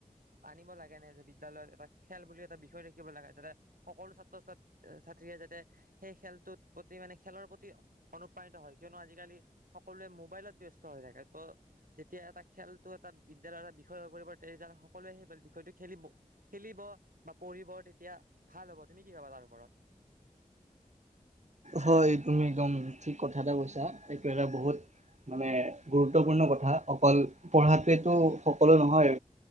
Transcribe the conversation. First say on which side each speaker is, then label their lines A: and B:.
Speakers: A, on the right; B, on the right.
A: আনিব লাগে নাই যে বিদ্যালয়ত এটা খেল বুলি এটা বিষয় ৰাখিব লাগে, যাতে সকলো ছাত্ৰ-ছাত্ৰী, ছাত্ৰীয়ে যাতে সেই খেলটোত প্ৰতি মানে খেলৰ প্ৰতি অনুপ্ৰাণিত হয়, কিয়নো আজিকালি সকলোৱে মোবাইলত ব্যস্ত হৈ থাকে, তো যেতিয়া এটা খেলটো এটা বিদ্যালয়ৰ এটা বিষয় হৈ পৰিব, তেতিয়াহে সকলোৱে সেই বিষয়টো খেলিব খেলিব বা পঢ়িব তেতিয়া ভাল হ'ব, তুমি কি ভাবা তাৰ ওপৰত?
B: হয়, তুমি একদম ঠিক কথা এটা কৈছা, এইটো এটা বহুত মানে গুৰুত্বপূৰ্ণ কথা অকল পঢ়াটোৱেতো সকলো নহয়।